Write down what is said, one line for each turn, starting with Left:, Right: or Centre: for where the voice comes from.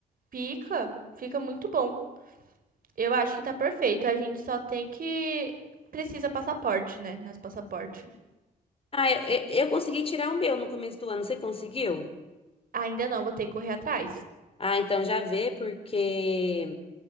Right: fica, fica muito bom. Eu acho que tá perfeito. A gente só tem que precisa passaporte, né? Nosso passaporte.
Left: Ah, eu, eu, eu consegui tirar o meu no começo do ano. Você conseguiu?
Right: Ainda não, vou ter que correr atrás.
Left: Ah, então já vê, porque